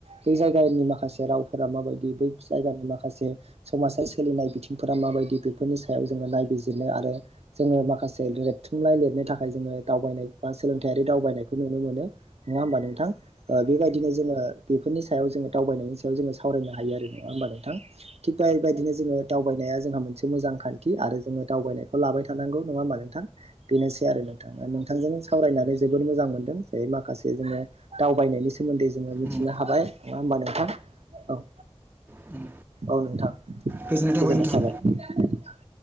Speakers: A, on the right; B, on the right.
A: बे जायगानि माखासे रावफोरा माबायदि दि बै जायगानि माखासे समाजाव सोलिनाय बिथिंफोरा माबायदि बेफोरनि सायाव जोङो नायबिजिर आरो जोङो माखासे रेबथुमनाइ लिरनो थाखाय जोङो दावबायनाय बा सोलोंथायारि दावबायनायखौ नु नुनो मोनो नङा होमबा नोंथां ओ बेबायदिनो जोङो बेफोरनि सायाव जोङो दावबायनायनि सायाव जोङो सावराय हायो‌ आरो‌ नङा होमबा नोंथां थिग दा बेबादिनो जोङो दावबायनाया जोंहा मोनसे मोजां खान्थि आरो जोङो दावबायनायखौ लाबाय थानांगौ नङा होमबा नोंथां बेनोसै आरो नोंथां ओ नोंथांजों सावरायनानै जोबोद मोजां मोनदों दायो माखासे जोङो दावबायनायनि सोमोन्दै जोङो मिथिनो
B: उम
A: हाबाय नङा होमबा नोंथां औ
B: उम
A: औ नोंथां
B: गोजोननाय थाबाय
A: गोजोन्नाय
B: नोंथां
A: थाबाय